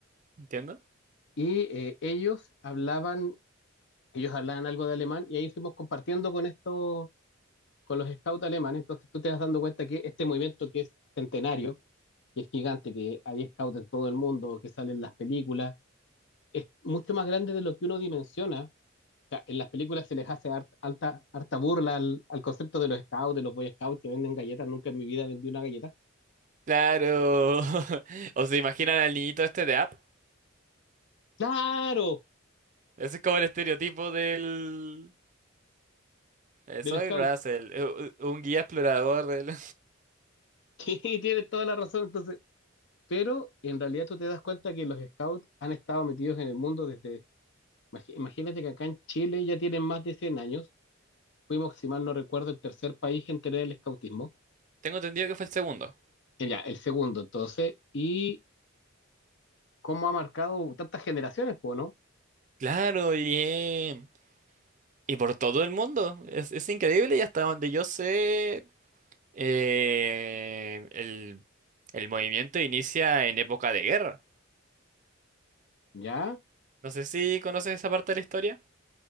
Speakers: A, on the right; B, on the left.
A: ¿Entiendo?
B: Y eh, ellos hablaban, ellos hablaban algo de alemán y ahí fuimos compartiendo con estos, con los scouts alemanes. Entonces tú te vas dando cuenta que este movimiento que es centenario, que es gigante, que hay scouts en todo el mundo, que salen las películas, es mucho más grande de lo que uno dimensiona sea, en las películas se les hace har- alta, harta burla al, al concepto de los scouts, de los boy scouts que venden galletas. Nunca en mi vida vendí una galleta.
A: Claro. <laughs> ¿O se imaginan al niñito este de App?
B: ¡Claro!
A: Ese es como el estereotipo del... eh,
B: Del
A: Soy
B: scout.
A: Russell,
B: <laughs>
A: eh, u- un guía explorador del...
B: Sí, tienes toda la razón. Entonces, pero en realidad tú te das cuenta que los scouts han estado metidos en el mundo desde. imagi- Imagínate que acá en Chile ya tienen más de 100 años. Fuimos, si mal no recuerdo, el tercer país en tener el scoutismo.
A: <laughs> Tengo entendido que fue el segundo.
B: Eh, Ya, el segundo, entonces. Y cómo ha marcado tantas generaciones, pues, ¿no?
A: Claro, bien. Y por todo el mundo. Es, es increíble y hasta donde yo sé... Eh, el, el movimiento inicia en época de guerra.
B: Ya,
A: No sé si conoces esa parte de la historia.